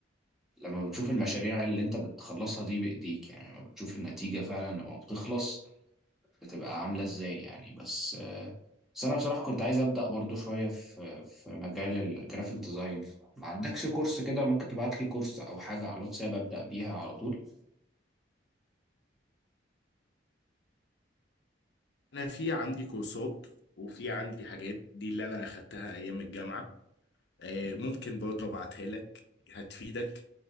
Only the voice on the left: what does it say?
انا في عندي كورسات وفي عندي حاجات دي اللي انا اخدتها ايام الجامعة آه، ممكن برضه ابعتها لك هتفيدك